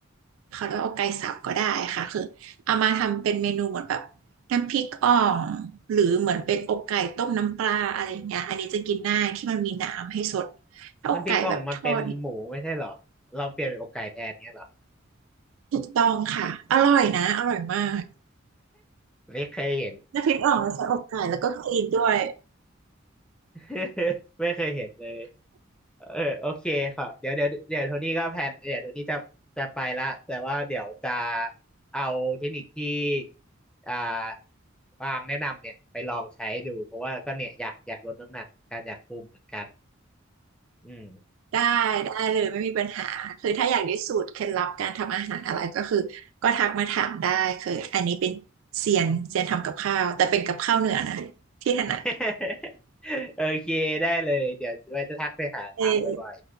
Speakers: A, on the right; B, in the centre.
A: เขาเรียกว่าอกไก่สับก็ได้ค่ะคือเอามาทำเป็นเมนูเหมือนแบบน้ำพริกอ่องหรือเหมือนเป็นอกไก่ต้มน้ำปลาอะไรอย่างเงี้ยอันนี้จะกินง่ายที่มันมีน้ำให้สดถ้าอกไก่แบบทอดนี่
B: น้ำพริกอ่องมันเป็นหมูไม่ใช่เหรอเราเปลี่ยนเป็นอกไก่แทนเงี้ยเหรอ
A: ถูกต้องค่ะอร่อยนะอร่อยมาก
B: ไม่เคยเห็น
A: น้ำพริกอ่องแล้วใช้อกไก่แล้วก็คลีนด้วย
B: <laughs> ไม่เคยเห็นเลย เออโอเคค่ะเดี๋ยวเดี๋ยวเดี๋ยวโทนี่ก็แพลนเดี๋ยวโทนี่จะจะไปละแต่ว่าเดี๋ยวจะเอาเทคนิคที่อ่าวางแนะนำเนี่ยไปลองใช้ดูเพราะว่าก็เนี่ยอยากอยากลดน้ำหนักเหมือนกันอยากคุมเหมือนกันอืม
A: ได้ได้เลยไม่มีปัญหาคือถ้าอยากได้สูตรเคล็ดลับการทำอาหารอะไรก็คือก็ทักมาถามได้คืออันนี้เป็นเซียนเซียนทำกับข้าวแต่เป็นกับข้าวเหนือนะที่ถนัด
B: <laughs> โอเคได้เลยเดี๋ยวไว้จะทักไปหาถามบ่อย
A: เออ